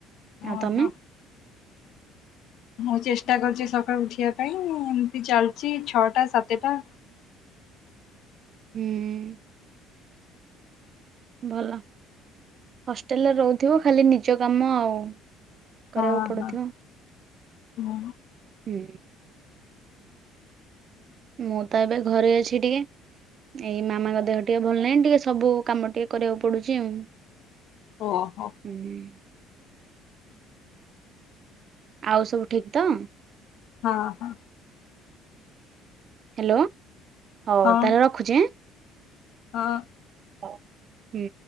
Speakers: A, on the right; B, on the left.
A: ଆଉ
B: ଓହୋ।
A: ତମେ।
B: ମୁଁ ଚେଷ୍ଟା କରୁଚି ସକାଳୁ ଉଠିବା ପାଇଁ ଏମିତି ଚାଲିଚି ଛଅଟା ସାତଟା।
A: ହୁଁ। ଭଲ ହଷ୍ଟେଲରେ ରହୁଥିବ ଖାଲି ନିଜ କାମ ଆଉ। କରିବାକୁ
B: ହଁ
A: ପଡୁଥିବ
B: ହଁ ହୁଁ।
A: ହୁଁ। ମୁଁ ତ ଏବେ ଘରେ ଅଛି ଟିକେ। ଏଇ ମାମାଙ୍କ ଦେହ ଟିକେ ଭଲ ନାହିଁ ଟିକେ ସବୁ କାମ ଟିକେ କରିବାକୁ ପଡୁଚି ଆଉ।
B: ଓହୋ।
A: <unintelligible> ଆଉ ସବୁ ଠିକ୍ ତ?
B: ହଁ ହଁ।
A: ହ୍ୟାଲୋ ହଉ
B: ହଁ
A: ତାହେଲେ ରଖୁଚି।
B: ହଁ।
A: ହଉ ହୁଁ।